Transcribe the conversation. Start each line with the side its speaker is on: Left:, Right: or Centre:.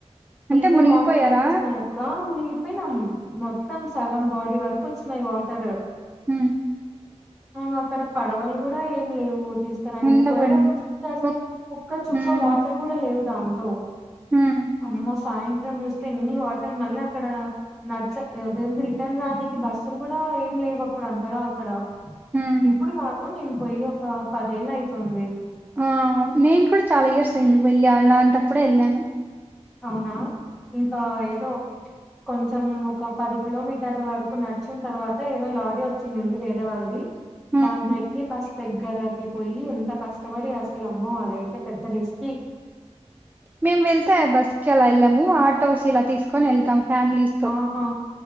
Centre: ఫుల్
Right: అంటే మునిగిపోయారా?
Centre: వాటర్ వచ్చేసినాయి అప్ పుర మునింగిపోయినం మొత్తం సగం బాడీ వరకు వచ్చినాయి వాటరు.
Right: ఉ
Centre: ఉంగ్ అక్కడ పడవలు కూడా ఏం లేవు తీసుకురానికి
Right: ఉండవండి.
Centre: పోయేటప్పుడు చూస్తే అసల్
Right: ఓక్
Centre: ఒక్క చుక్క
Right: హ్మ్.
Centre: వాటర్ కూడా లేవు దాంతో
Right: హ్మ్.
Centre: అమ్మ సాయంత్రం చూస్త్ స్తే ఎన్ని వాటర్ మళ్ళీ అక్కడ నచ్చ అవేంది రిటర్న్ రానికి బస్సులు కూడా ఏం లేవు అప్పుడు అంతగా అక్కడ.
Right: హ్మ్.
Centre: ఇప్పుడు కాదు నేను పోయి ఒక పదేళ్లు అయితుంది.
Right: ఆ నేను కూడా చాలా ఇయర్స్ అయింది వెళ్ళి అలాంటప్పుడే వెళ్ళాను.
Centre: అవునా ఇంకా ఏదో కొంచెం ఒక పది కిలోమీటర్ల వరకు నడిచిన తర్వాత ఏదో లారీ వచ్చినిది వేరే వాళ్ళది.
Right: హ్మ్.
Centre: దాంతో
Right: హ్మ్.
Centre: ఎక్కి బస్ దగ్గరకి పోయి ఎంత కష్టపడి అసలమ్మో అదైతే పెద్ద రిస్కి.
Right: మేము వెళ్తే బస్కి అలా వెళ్ళాము ఆటోస్ ఇలా తీసుకొని వెళ్తాం ఫ్యామిలీస్. తో
Centre: ఆ హా